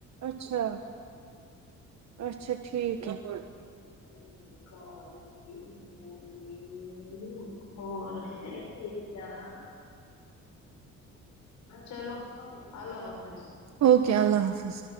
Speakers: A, on the right (about 65°); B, on the left (about 75°).
A: اچھا اچھا ٹھیک ہے پھر
B: کرم کرو تاج الدین مخدونن اور صحیح دن جارا چلو اللہ حافظ
A: اوکے اللہ حافظ